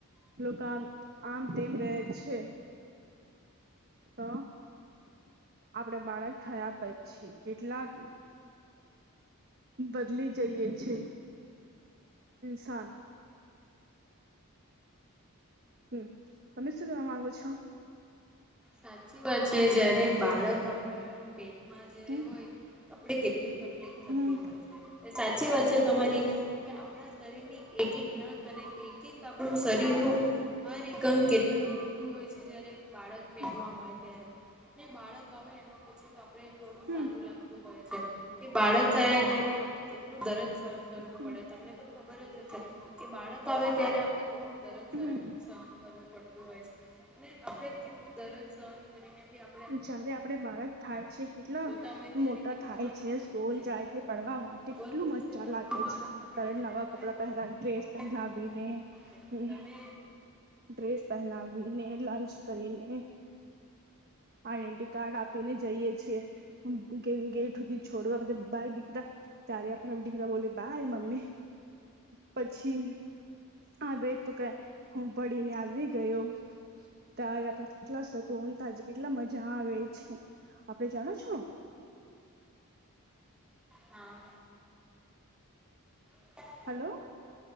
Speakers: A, on the right (about 45°); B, in the centre.
A: લોકો આમ આમ તેમ રહે છે. તો આપણે બાળક થયા. પછી કેટલાક બદલી જઈએ છે ઇન્સાન હમ્મ તમે શું કેવા માંગો છો
B: સાચી વાત છે જયારે બાળક આ પેટમાં જ્યારે
A: હમ
B: હોય આપણે કેટલી તકલીફ
A: હમ
B: થતી હોય છે. સાચી વાત છે તમારી કે આપણા શરીર ની એક એક નસ અને એક આપણું શરીર નું હર એક અંગ કેટલું દુખતું હોય છે જ્યારે પેટમાં
A: હમ
B: હોય ત્યારે બાળક આવે એના પછી તો આપણે થોડું
A: હમ
B: સારું લાગતું હોય છે કે બાળક થયા ટાઈમે આપણે કેટલું દરદ સહન કરવું
A: હમ
B: પડે તમને તો ખબર જ હશે કે બાળક આવે ત્યારે આપડ કેટલું દરજ
A: હમ
B: સહન પડતું હોય છે કેટલું દરદ સહન કરીને બી આપ
A: જ્યારે આપડે બાળક થાય છે કેટલા
B: જોતા હોય ત્યારે
A: મોટા
B: કેટલું
A: થાય
B: આનંદ
A: છે
B: થતો
A: સ્કૂલ
B: હોય
A: જાય છે પડવા માટે
B: ખબર
A: કેટલું
B: જ
A: મજા
B: હશે કે આપણું
A: લાગે
B: બાળક
A: છે
B: આવે
A: તારે
B: ત્યારે
A: નવા
B: આપણે
A: કપડા પહેરા ડ્રેસ
B: બહુ કઈ
A: પહેનાવીને
B: આનંદ થતો હોય.
A: હમ
B: તમે
A: ડ્રેસ પહેનાવીને લંચ કરીને આઈડેન્ટિટી કાર્ડ આપીને જઈએ છીએ ગ ગેઠ સુધી છોડો આપ બાય ડેટા ત્યારે આપણા દીકરા બોલે બાય મમ્મી પછી હા બે ત કે હમ્મ પડીને આવી ગયો ત્યારે આપડ કેટલા શક તજ કેટલા મજા આવે છે આપડે જાણો છો
B: હા <inaudible>
A: હલો